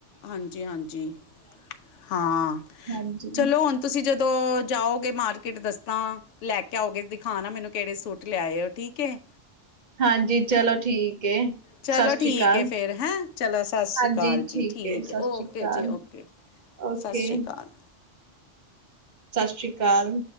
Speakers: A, on the left; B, on the right.
A: ਹਾਂਜੀ-ਹਾਂਜੀ ਹਾਂ
B: ਹਾਂਜੀ,
A: ਚਲੋ ਤੁਸੀਂ ਜਦੋਂ ਜਾਓਗੇ ਮਾਰਕੀਟ ਦੱਸਨਾ ਲੈ ਕੇ ਆਓਗੇ ਦਿਖਾ ਨਾ ਮੈਨੂੰ ਕਿਹੜੇ ਸੂਟ ਲਿਆਏ ਠੀਕ ਐ
B: ਹਾਂਜੀ ਚਲੋ ਠੀਕ ਹੈ
A: ਚਲੋ
B: ਸਤਿ ਸ਼੍ਰੀ
A: ਠੀਕ
B: ਅਕਾਲ
A: ਹੈ ਫਿਰ ਹੈ ਚਲੋ ਸਤਿ ਸ਼੍ਰੀ
B: ਹਾਂਜੀ
A: ਅਕਾਲ
B: ਠੀਕ
A: ਜੀ
B: ਹੈ ਸਤਿ
A: ਓਕੇ
B: ਸ੍ਰੀ ਅਕਾਲ
A: ਜੀ ਓਕੇ
B: ਓਕੇ
A: ਸਤਿ ਸ਼੍ਰੀ ਅਕਾਲ
B: ਸਤਿ ਸ਼੍ਰੀ ਅਕਾਲ